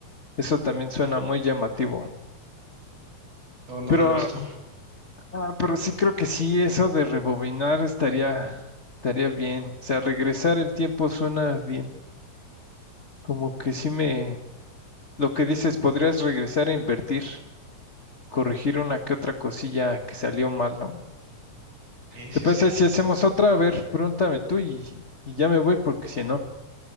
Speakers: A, on the left (about 75°); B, on the right (about 55°).
A: Eso también suena muy llamativo.
B: No, no
A: Pero,
B: la he visto.
A: ah, pero sí creo que sí, eso de rebobinar estaría, estaría bien. O sea, regresar el tiempo suena bien. Como que sí me, lo que dices, podrías regresar a invertir, corregir una que otra cosilla que salió mal, ¿no?
B: Sí, sí,
A: ¿Te parece
B: sí.
A: si hacemos otra? A ver, pregúntame tú y, y ya me voy porque si no.